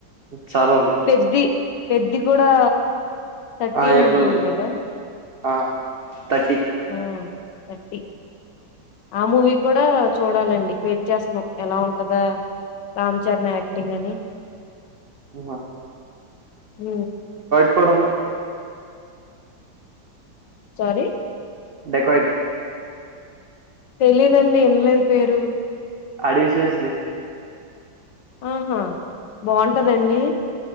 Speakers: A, on the right (about 65°); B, on the left (about 70°).
A: చాలా ఉన్నా
B: పెద్ది పెద్ది కూడా థర్టీన్
A: ఆ ఏప్రిల్
B: అనుకుంట
A: ఉంది
B: కదా
A: ఆ థర్టీ
B: ఆ థర్టీ ఆ మూవీ కూడా చూడాలండి వెయిట్ చేస్తున్నాం ఎలా ఉంటందా రామ్ చరణ్ యాక్టింగ్ అని
A: నువ్వా
B: ఉ
A: కొడను
B: సారీ
A: డెకయిట్
B: తెలిదండి ఇన్లేదు పేరు
A: అడివి శేష్ది
B: ఆహా బాగుంటదండి